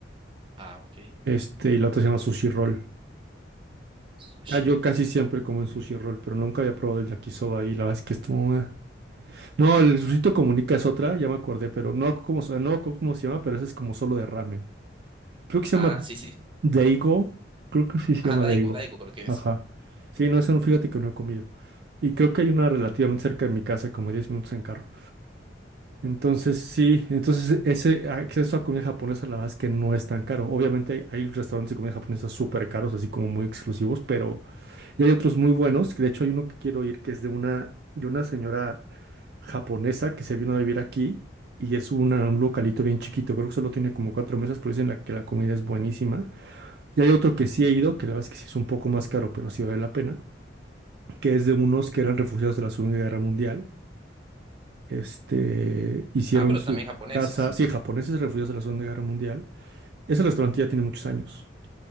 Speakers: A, on the right (about 25°); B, on the right (about 60°).
A: Ah, ok.
B: este, y la otra se llama Sushi Roll.
A: Sushi
B: Ah, yo casi
A: roll.
B: siempre como en Sushi Roll, pero nunca había probado el yakisoba y la verdad es que estuvo... eh. No, el Luisito Comunica es otra, ya me acordé, pero no, como, no co- cómo se llama, pero ese es como solo de ramen. Creo que se
A: Ah,
B: llama
A: sí, sí.
B: Daigo, creo que sí se
A: Ah,
B: llama
A: Daigo,
B: Daigo.
A: Daigo creo que
B: Ajá.
A: es.
B: Sí, no, eso no, fíjate que no he comido. Y creo que hay una relativamente cerca de mi casa, como 10 minutos en carro. Entonces, sí, entonces ese acceso a comida japonesa, la verdad es que no es tan caro. Obviamente hay, hay restaurantes de comida japonesa súper caros, así como muy exclusivos, pero y hay otros muy buenos, que de hecho hay uno que quiero ir que es de una, de una señora japonesa que se vino a vivir aquí y es una- un localito bien chiquito, creo que solo tiene como cuatro mesas, pero dicen la, que la comida es buenísima. Y hay otro que sí he ido, que la verdad es que sí es un poco más caro, pero sí vale la pena, que es de unos que eran refugiados de la Segunda Guerra Mundial. Este, hicieron
A: Ah, pero
B: su
A: también japoneses.
B: casa, sí, japoneses refugiados de la Segunda Guerra Mundial. Ese restaurante ya tiene muchos años.